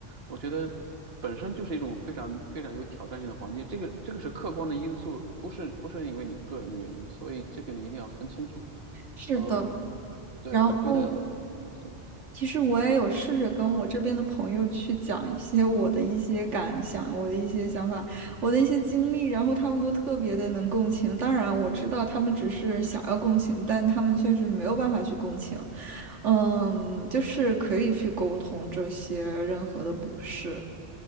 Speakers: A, on the right; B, on the right.
A: 我觉得本身就是一种非常非常有挑战性的环境，这个这个是客观的因素，不是不是因为你个人的原因，所以这个你一定要分清楚。
B: 是的。
A: 嗯，
B: <laughs>
A: 对，
B: 然后
A: 我觉得对
B: 其实我也有试着跟我这边的朋友去讲一些我的一些感想、我的一些想法、我的一些经历，然后他们都特别的能共情。当然，我知道他们只是想要共情，但他们确实没有办法去共情。嗯，就是可以去沟通这些任何的不适。